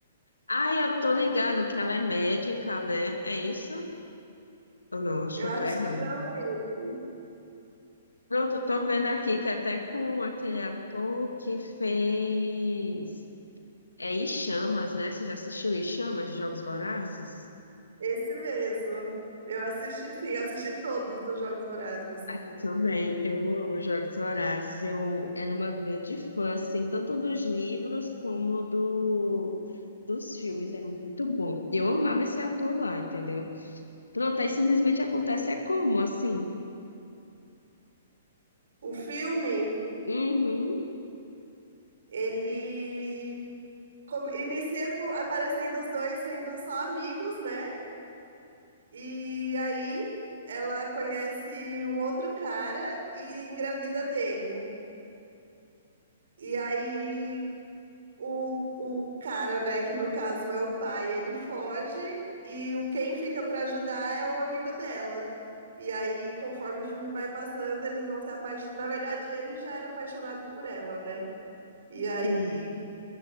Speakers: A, on the left; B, on the right.
A: ah, eu tô ligado que ela é médica, né? É isso? Ah, Não, acho
B: Eu
A: que eu
B: acho
A: tô errando.
B: que não é esse.
A: Pronto, tô vendo aqui que até com aquele ator que fez. É Em Chamas, né? Você já assistiu Em Chamas, Jogos Vorazes?
B: Esse mesmo. Eu assisti, sim, assisti todos dos Jogos Vorazes.
A: Ah, eu também. Eu amo Jogos Vorazes. Eu era uma grande fã, assim, tanto dos livros como do... dos filmes. É muito bom. E Eu amava esse ator lá, entendeu? Pronto, aí simplesmente acontece é como, assim?
B: O filme.
A: Uhum,
B: ele come- inicia com- aparecendo os dois sendo só amigos, né? E aí ela conhece um outro cara e engravida dele. E aí o, o cara, né, que no caso é o pai, ele foge e o quem fica para ajudar é o amigo dela. E aí, conforme o filme vai passando, eles vão se apaixonar. Na verdade, ele já era apaixonado por ela, né? E aí
A: sim.